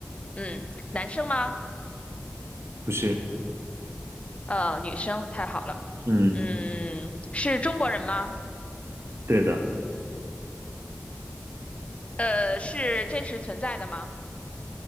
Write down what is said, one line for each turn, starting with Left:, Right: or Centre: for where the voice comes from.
Left: 嗯，男生吗？
Right: 不是，
Left: 呃，女生，太好了。
Right: 嗯，
Left: 嗯，是中国人吗？
Right: 对的。
Left: 呃，是真实存在的吗？